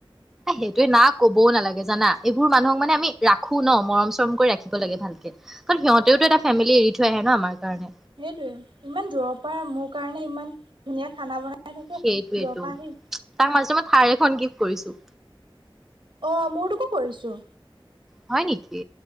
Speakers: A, in the centre; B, on the right (about 60°).
A: সেইটোৱে না কবও নালাগে জানা, এইবোৰ মানুহক মানে আমি ৰাখো ন মৰম চৰম কৰি ৰাখিব লাগে ভালকে। কাৰণ সিহঁতেওটো এটা ফেমিলি এৰি থৈ আহে ন, আমাৰ কাৰণে।
B: সেইটোয়ে ইমান দূৰৰ পৰা মোৰ কাৰণে ইমান ধুনীয়া খানা বনাই থাকে
A: সেইটোৱেটো
B: দূৰৰ পৰা আহি
A: তাক মাজতে মই থাৰ্ এখন গিফ্ট কৰিছো।
B: অ'মোৰ তোকো কৰিছো।
A: হয় নেকি?